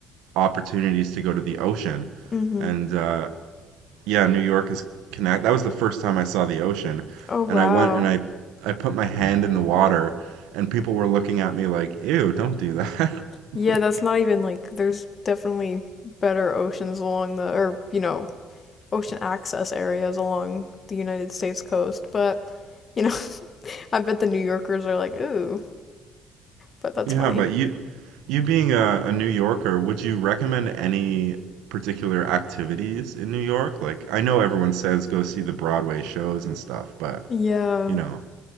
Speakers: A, on the right; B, on the left.
A: opportunities to go to the ocean.
B: Mm-hmm.
A: And uh, yeah, New York is connect. That was the first time I saw the ocean,
B: Oh wow.
A: and I went and I I put my hand in the water, and people were looking at me like, "Ew, don't do that." <laughs>
B: Yeah,
A: Like,
B: that's not even like there's definitely better oceans along the or, you know, ocean access areas along the United States coast, but you know, <laughs> I bet the New Yorkers are like, "Ooh," but that's
A: yeah,
B: funny.
A: but you you being a, a New Yorker, would you recommend any particular activities in New York? Like, I know everyone says go see the Broadway shows and stuff, but
B: Yeah.
A: you know.